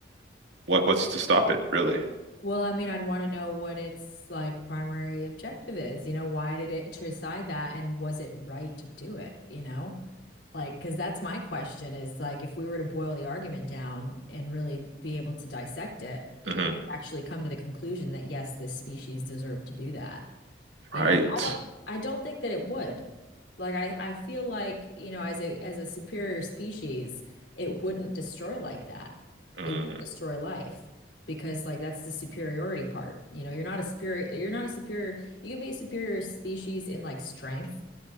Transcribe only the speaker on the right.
What what's to stop it, really?
hmm
Right.
Mm-hmm.